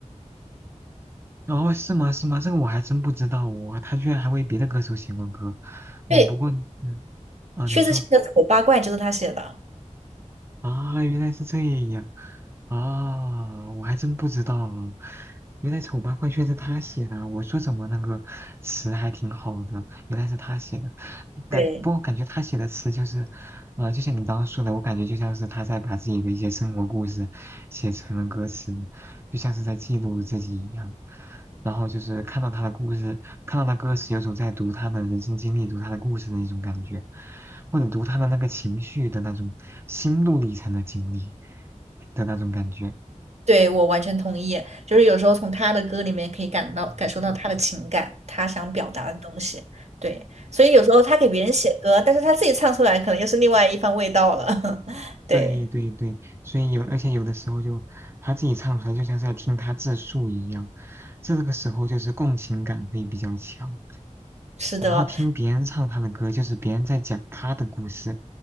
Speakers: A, on the right; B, on the right.
A: 哦，是吗？是吗？这个我还真不知道哦，他居然还为别的歌手写过歌，嗯，
B: 对
A: 不过，嗯，啊，
B: 薛之谦的《丑八怪》就是他写的。
A: 你说啊，原来是这样，啊，我还真不知道啊原来《丑八怪》却是他写的啊，我说怎么那个词还挺好的，原来是他写的，感，
B: 对。
A: 不过感觉他写的词就是，啊，就像你刚刚说的，我感觉就像是他在把自己的一些生活故事写成了歌词，就像是在记录自己一样。然后就是看到他的故事，看到他歌词，有种在读他的人生经历、读他的故事的一种感觉，或者读他的那个情绪的那种心路历程的经历的那种感觉。
B: 对，我完全同意，就是有时候从他的歌里面可以感到感受到他的情感，
A: 嗯，
B: 他想表达的东西。对，所以有时候他给别人写歌，但是他自己唱出来，可能又是另外一番味道了。<laughs> 对，
A: 对对对对，所以有，而且有的时候就他自己唱出来，就像是在听他自述一样，这个时候就是共情感会比较强。
B: 是的，
A: 然后听别人唱他的歌，就是别人在讲他的故事，